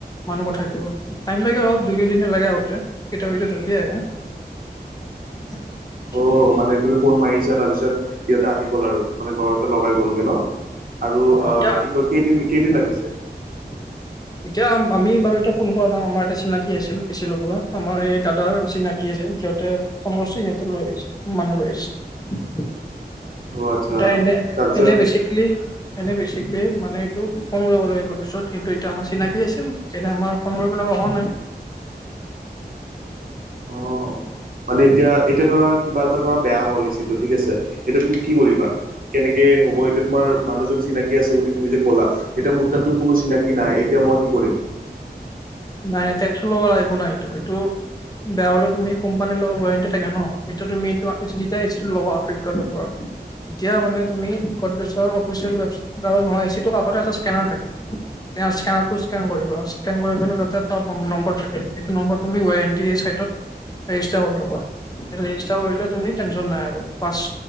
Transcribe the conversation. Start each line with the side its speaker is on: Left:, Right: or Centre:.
Left: মানুহ পঠাই দিব। টাইম লাগে বাও দুই তিনদিনে লাগে আহোতে। কেতিয়াবা, কেতিয়াবা জল্দি আহে। <inaudible>
Right: অঁ, মানে তুমি ফোন মাৰিছা, তাৰ পিছত সিহঁতে আহি গ'ল আৰু মানে ঘৰতে লগাই গ'লগে ন'। আৰু
Left: অ
Right: অঁ
Left: এতিয়া
Right: কি কয় কেইদিন, কেইদিন লাগিছে?
Left: <inaudible> এতিয়া আমি বাৰু, এতিয়া ফোন কৰা নাই। আমাৰ এটা চিনাকি আছিল এ চি লগোৱা। আমাৰ এই দাদাৰ চিনাকি যে সিহঁতে সমচি এটা লৈ আহিছে। মানুহ লৈ আহিছে।
Right: অ' আচ্ছা
Left: এইটো এনে,
Right: তাৰপিছত
Left: এনে বেচিকেলি এনে বেচিক্‌ এই মানে এইটো ফোন কৰিব লাগে গোত্‌চত কিন্তু এতিয়া আমাৰ চিনাকি আছিল। তেনে আমাৰ ফোন কৰিব লগা অহা নাই। <inaudible>
Right: অ' মানে এতিয়া, এতিয়া ধৰা কিবা এটা ধৰা বেয়া হ'ল এ চিটো ঠিক আছে তেতিয়া তুমি কি কৰিবা? কেনেকে হ'ব এতিয়া তোমাৰ মানুহজন চিনাকী আছে বুলি তুমি যে ক'লা। এতিয়া মোৰ তাতো কোনো চিনাকি নাই। এতিয়া মই কি কৰিম?
Left: নাই নাই টেনচল ল'ব লগা একো নাইটো। এইটো বেয়া হ'লেও তুমি কোম্পানীৰ লগত ৱাৰেণ্টি থাকে ন'। এতিয়া তুমি এইটো চিধাই এ চি ল'বা ফ্লিপ ৰ্কাটৰ পৰা। এতিয়া মানে, তুমি কনফেনচৰ অফিচিয়েল ৱেবচ্‌- কাৰণ নহ'য় এ চিটো কাষতে তাৰ স্কেনাৰ থাকে। তেওঁ স্কেনাৰটোত স্কেন কৰিব। স্কেন কৰিবলৈটো টত নম্বৰ থাকে। সেটো নম্বৰ তুমি ৱেৰ এন তি চাইটত ৰেজিষ্টাবা লগোৱা। সেইটো ৰেজিষ্টাৰ কৰিলে তুমি টেনশ্যন নাই আৰু পাঁচ